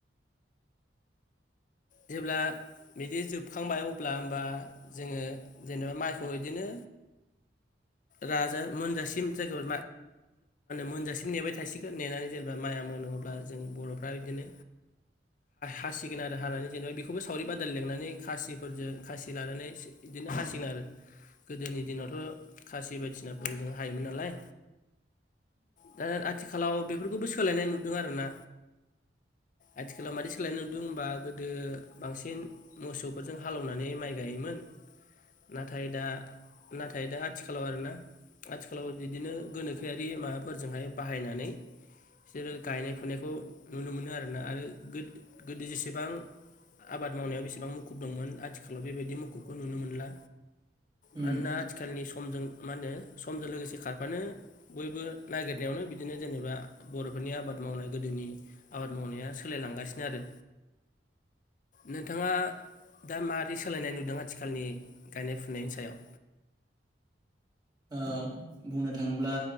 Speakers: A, on the left (about 45°); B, on the right (about 25°).
A: जेब्ला बिदि जोबखांबाय अब्ला होमबा जोङो जेनेबा माइखौ बिदिनो राजा मोनजासिम जायफोर मोनजासिम नेबाय थासिगोन नेनानै जेनेबा माइआ मोनो अब्ला जों बर'फ्रा बिदिनो हासिगोन आरो हानानै जेनेबा बेखौबो सावरि बादा लिनानै खासिफोरजों खासि लानानै बिदिनो हासिगोन आरो गोदोनि दिनावथ' खासि बायदिनाफोरजों हायोमोन नालाय। दा आथि खालाव बेफोरखौबो सोलायनाय नुदों आर ना आथिखालाव मादि सोलायनाय नुदों होमबा <unintelligible> <unintelligible> बांसिन मोसौफोरजों हालेवनानै माइ गायोमोन नाथाय दा नाथाय दा आथिखालाव आरोना आथिखालाव बिदिनो गोनोखोआरि माबाफोरजोंहाय बाहायनानै बिसोरो गायनाय फुनायखौ नुनो मोनो आरोना आरो गो-गोदो जेसेबां आबाद मावनायाव बेसेबां मुखुब दंमोन आथिखालाव बेबायदि मुखुबखौ नुनो मोनला।
B: उम
A: मानोना आथिखालनि समजों मा होनो समजों लोगोसे खारफानो बयबो नागिरनायावनो बिदिनो जेनेबा बर'फोरनि आबाद मावनाय गोदोनि आबाद मावनाया सोलायलांगासिनो आरो। नोंथाङा दा मारै सोलायनाय नुदों आथिखालनि गायनाय फुनायनि सायाव?
B: ओ बुंनो थाङोब्ला